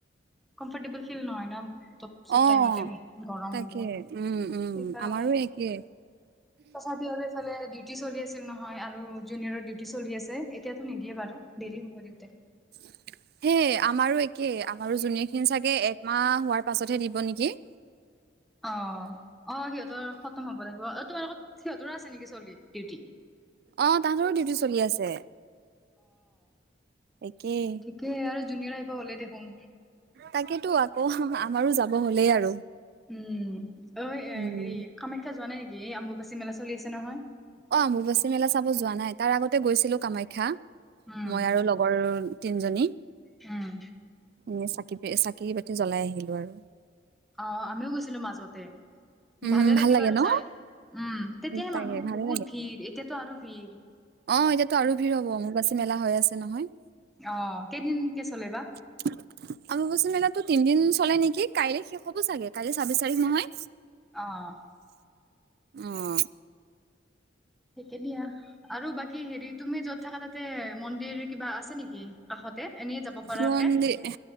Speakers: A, in the centre; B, on the right (about 55°).
A: কম্ফৰ্টেবল ফিল নহয় ন। তব চব
B: অ'।
A: টাইমতে গৰম
B: তাকে
A: বহুত
B: উম উম
A: সেইকাৰণে।
B: আমাৰো একে
A: তথাপিও আৰু এইফালে ডিউতি চলি আছিল নহয়, আৰু জুনিয়ৰৰ ডিউটি চলি আছে। এতিয়াতো নিদিয়ে বাৰু, দেৰি হব দিওঁতে।
B: <inaudible> হে আমাৰো একে, আমাৰো জুনিয়ৰ খিনি চাগে একমাহ হোৱাৰ পাছতহে দিব নেকি।
A: অঁ। অঁ সিহঁতৰ খতম হ'ব লাগিব, অ তোমাৰ লগত সিহঁতৰো আছে নেকি চলি ডিউটি?
B: অঁ তাহতৰো ডিউটি চলি আছে, একেই।
A: তাকে আৰু জুনিয়ৰ আহিব হ'লে দেখোন।
B: তাকেতো আকৌ আমাৰো যাব হ'লেই আৰু।
A: উম অ হেৰি
B: উম
A: কামাখ্যাত যোৱা নাই নেকি? এই আম্বুবাচী মেলা চলি আছে নহয়।
B: অঁ অম্বুবাচী মেলা চাব যোৱা নাই, তাৰ আগতে গৈছিলো কামাখ্যা
A: উম
B: মই আৰু লগ গৰ তিনজনী।
A: উম।
B: এনে চাকিপে চাকি বাতি জ্বলাই আহিলো আৰু।
A: অঁ আমিও গৈছিলো মাজতে।
B: উম
A: ভালে লাগে
B: ভাল
A: বাৰু
B: ন
A: যায়, উম তেতিয়াই
B: তাকে
A: মানুহ
B: ভালে
A: বহুত ভিৰ এতিয়াতো আৰু ভিৰ।
B: অঁ এতিয়াতো আৰু ভিৰ হব, অম্বুবাচী মেলা হৈ আছে নহয়।
A: অঁ কেইদিনকে চলে বা?
B: <unintelligible> অম্বুবাচী মেলাতো তিদিন চলে নেকি, কাইলৈ শেষ হ'ব চাগে কাইলৈ ছাব্বিশ তাৰিখ নহয়।
A: অঁ।
B: অঁ।
A: ঠিকে দিয়া আৰু বাকী হেৰি তুমি য'ত থাকা তাত তে মন্দিৰ কিবা আছে নেকি কাষতে? এনেই যাব পৰাকে
B: মন্দি এ